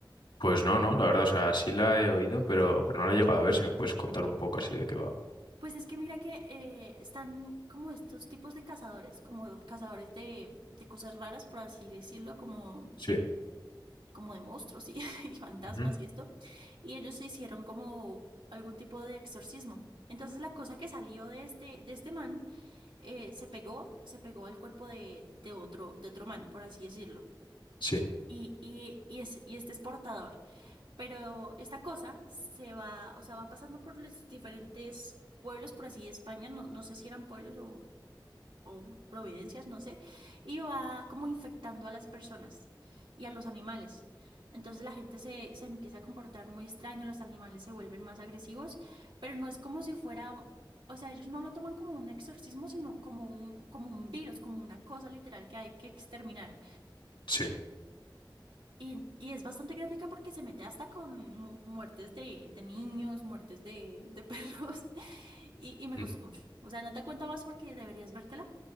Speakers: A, on the left; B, on the right.
A: Pues no, no, la verdad, o sea, sí la he oído, pero, pero no la he llegado a ver. Si me puedes contar un poco así de qué va.
B: Pues es que mira que eh, están como estos tipos de cazadores, como cazadores de, de cosas raras, por así decirlo, como
A: Sí,
B: como de monstruos y, <laughs> y fantasmas
A: Ujú.
B: y esto, y ellos hicieron como algún tipo de exorcismo. Entonces la cosa que salió de este, de este man eh, se pegó, se pegó al cuerpo de, de otro, de otro man, por así decirlo.
A: sí,
B: Y, y, y, es, y este es portador. Pero esta cosa se va, o sea, va pasando por los diferentes pueblos, por así de España, no, no sé si eran pueblos o, o providencias, no sé, y va como infectando a las personas y a los animales. Entonces la gente se, se empieza a comportar muy extraño, los animales se vuelven más agresivos, pero no es como si fuera, un- o sea, ellos no lo toman como un exorcismo, sino como un, como un virus, como una cosa literal que hay que exterminar.
A: Sí.
B: Y, y es bastante gráfica porque se mete hasta con mu- muertes de, de niños, muertes de, de perros. <laughs> Y, y me
A: Mm,
B: gustó mucho. O sea, no te cuento más porque deberías vértela.